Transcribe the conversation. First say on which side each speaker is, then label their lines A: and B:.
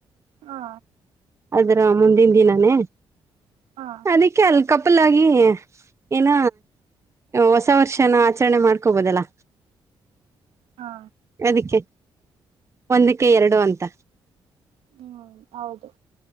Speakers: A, on the right; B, on the right.
A: ಹಾ.
B: ಅದ್ರ ಮುಂದಿನ ದಿನಾನೇ.
A: ಹಾ.
B: ಅದಕ್ಕೆ ಅಲ್ಲಿ ಕಪಲ್ ಆಗಿ ಏನ ಹೊಸ ವರ್ಷನ ಆಚರಣೆ ಮಾಡ್ಕೋಬೋದಲ್ಲಾ.
A: ಹಾ.
B: ಅದಕ್ಕೆ ಒಂದಕ್ಕೆ ಎರಡು ಅಂತ.
A: ಹ್ಮ್ ಹೌದು.